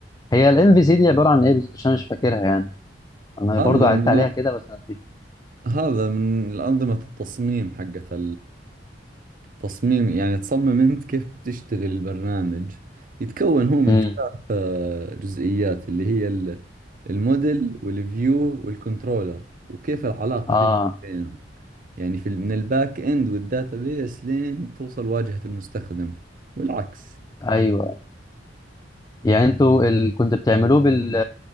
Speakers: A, on the left; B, on the right.
A: هي الام في سي دي عباره عن ايه بالظبط عشان انا مش فاكرها يعني انا
B: هذا
A: برضو عدت
B: النظام
A: عليها كده بس انا نسيت
B: هذا من أنظمة التصميم حقت تصميم يعني تصمم أنت كيف بتشتغل البرنامج يتكون هو من
A: امم
B: ثلاث آه، جزئيات اللي هي ال- الموديل والفيو والكنترولر وكيف العلاقة
A: اه
B: تبني بينهم يعني في من الباك إند والداتابيس لين توصل واجهة المستخدم والعكس
A: ايوه يعني انتوا ال... كنت بتعملوه بال